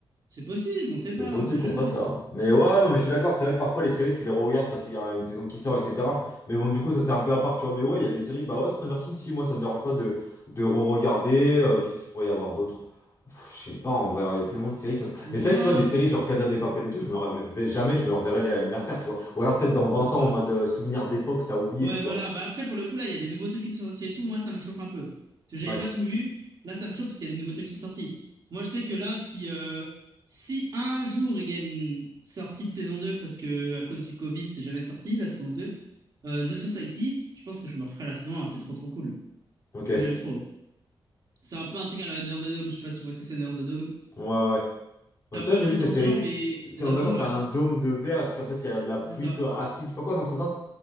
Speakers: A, on the right; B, on the left.
A: C'est possible, on sait pas,
B: C'est possible
A: on sait
B: qu'on
A: jamais.
B: fasse ça. hein. Mais ouais, non, mais je suis d'accord, c'est vrai que parfois les séries, tu les regardes parce qu'il y a une saison qui sort, etc. Mais bon, du coup, ça c'est un peu à part, tu vois. Mais ouais, il y a des séries, bah ouais, Stranger Things, si, moi ça me dérange pas de, de re-regarder. Euh, qu'est-ce qu'il pourrait y avoir d'autre? Pff, Je sais pas, en vrai, hein, il y a tellement de séries. de toute façon.
A: Moi,
B: Mais c'est vrai que tu vois, des séries genre Casa de Papel et tout, je me rev- je vais jamais, je me reverrai les, me les refaire, tu vois. Ou alors peut-être dans 20
A: je pense
B: ans,
A: pas.
B: en mode euh, souvenir d'époque, t'as oublié,
A: Ouais,
B: tu vois.
A: voilà. Bah après, pour le coup, là, il y a des nouveaux trucs qui sont sortis et tout. Moi, ça me chauffe un peu. Parce que j'avais
B: Ouais,
A: pas tout vu. Là, ça me chauffe parce qu'il y a des nouveaux trucs qui sont sortis. Moi, je sais que là, si, euh, si un jour il y a une sortie de saison 2 parce que à cause du Covid, c'est jamais sorti, la saison 2 euh, The Society, je pense que je me referai la saison un C'est trop, trop cool.
B: ok.
A: Moi, j'aime trop. C'est un peu un truc à la Under the Dome. Je sais pas si tu vois ce que c'est Under the Dome.
B: Ouais, ouais. Ouais,
A: C'est
B: Ça,
A: un peu
B: je
A: un
B: l'ai
A: truc
B: vu cette
A: dans ce
B: série.
A: genre, mais
B: C'est, c'est-
A: Under
B: on est d'accord,
A: the Dome,
B: ça
A: ouais,
B: a un dôme de verre parce qu'en fait, il y a de la pluie
A: c'est ça.
B: to- acide. Je sais pas quoi, non, c'est pas ça?